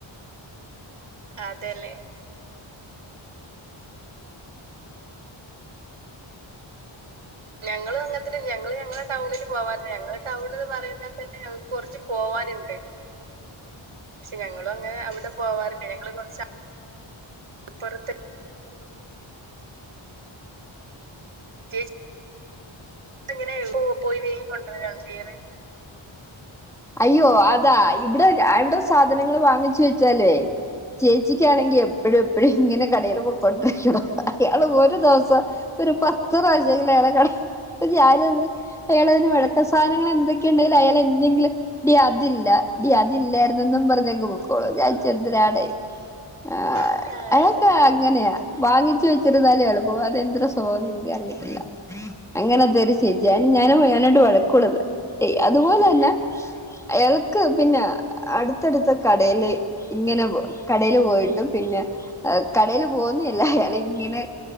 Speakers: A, on the right (about 70°); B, in the centre.
A: അതേലേ ഞങ്ങള് അങ്ങനെ തന്നെ ഞങ്ങള് ഞങ്ങളെ ടൗണിൽ പോവാറില്ല ഞങ്ങളെ ടൗണ് പറയുമ്പ തന്നെ ഞ കൊറച്ച് പോവാനിണ്ട് പക്ഷെ ഞങ്ങളും അങ്ങനെ അവടെ പോവാറില്ല ഞങ്ങള് കൊറച്ച് അപ്പറത്ത് ചേച്ചി എങ്ങനെ പോയി വേങ്ങിക്കൊണ്ടരണോ ചെയ്യണേ
B: അയ്യോ അതാ ഇവിടെ ഇവിടെ സാധനങ്ങൾ വാങ്ങിച്ച് വെച്ചാലേ ചേച്ചിക്കാണെങ്കി എപ്പഴും എപ്പഴും ഇങ്ങനെ കടേൽ പൊക്കോണ്ടിരിക്കണം അയാള് ഒരു ദിവസം ഒരു പത്ത് പ്രാവിശ്യെങ്കിലും അയാള് കട ഞാൻ അത് അയാളതിന് വഴക്ക സാധനങ്ങൾ എന്തൊക്കെണ്ടേലും അയാൾ എന്തെങ്കിലും ടി അതില്ല ടി അതില്ലാർന്നെന്നും പറഞ്ഞങ്ങ് പോക്കോളും ഞാൻ ചോദിച്ച് എന്തിനാടെ ആഹ്
A: ആ
B: അയാക്ക് അങ്ങനെയാ വാങ്ങിച്ചു വെച്ചിരുന്നാലേ എളുപ്പോ അത് എന്തൊരു സൊഭവം ആന്നെന്ന് എനിക്ക് അറിയത്തില്ല അങ്ങനെത്തെരു ചേച്ചിയേ ഞാനും <unintelligible> വഴക്കുടുന്നെ ഏയ്‌ അതുപോലന്നേ ആയാൾക്ക് പിന്ന അടുത്തടുത്ത കടേല് ഇങ്ങനെ കടേൽ പോയിട്ടും പിന്നെ കടേൽ പോവുന്നയല്ല അയാൾ ഇങ്ങനെ